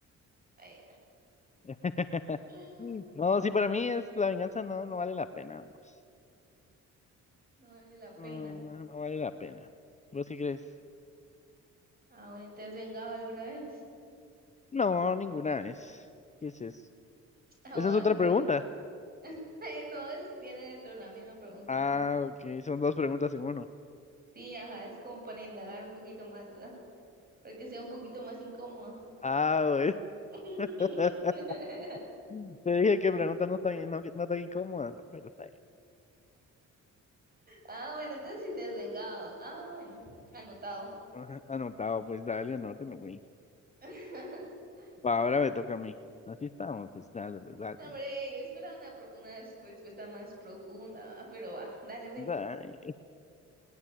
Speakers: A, on the right; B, on the left.
A: Ay,
B: <laughs>
A: ah, <gasps>
B: No,
A: no,
B: sí, para mí es la venganza no, no vale la pena, vamos.
A: no vale la pena.
B: No, no, no no vale la pena. ¿Vos qué crees?
A: Ah, bueno, ¿te has vengado alguna vez?
B: No, ninguna es. ¿Qué es eso?
A: <laughs> Aguanta.
B: Esa es otra pregunta.
A: <laughs> No, es viene dentro de la misma pregunta,
B: Ah,
A: mira.
B: ok, son dos preguntas en uno.
A: Sí, ajá, es como para indagar un poquito más. ¿no? para que sea un poquito más incómoda.
B: Ah, güey.
A: <laughs>
B: <laughs> Te dije que preguntas no tan, no, no tan incómodas, ¿no? pero está bien.
A: Ah, bueno, entonces sí te has vengado. Ah, bueno, anotado.
B: Ajá, Anotado, pues dale, anótelo, güey.
A: <laughs>
B: Va, ahora me toca a mí. Así estamos, pues dale, pues dale.
A: No,
B: güey.
A: Hombre, yo esperaba una, pro- una respuesta más profunda, ah, pero va, dale, ve.
B: Dale.